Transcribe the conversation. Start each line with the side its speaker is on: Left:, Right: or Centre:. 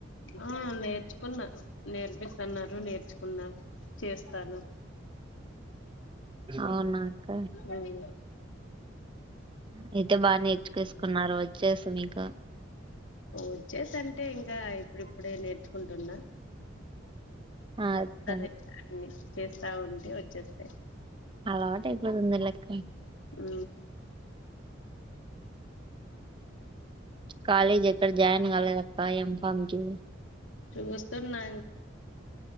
Left: ఆ నేర్చుకున్నా నేర్పిస్తన్నారు నేర్చుకున్నా చేస్తాను
Right: అవునాక్క
Left: ఉమ్
Right: అయితే బాగా నేర్చుకేసుకున్నారు వచ్చేసి మీకు
Left: వచ్చేసింటే ఇంకా ఇప్పుడిప్పుడే నేర్చుకుంటు తిన్న
Right: ఆ అక్క
Left: అన్ని చేస్తా ఉంటే వ చెస్తే
Right: అలవాటు అయిపోతుంది లెక్క
Left: ఆ
Right: కాలేజీ ఎక్కడ జాయిన్ కాలేదక్క ఏం ఫామ్కి
Left: చూస్తన్నా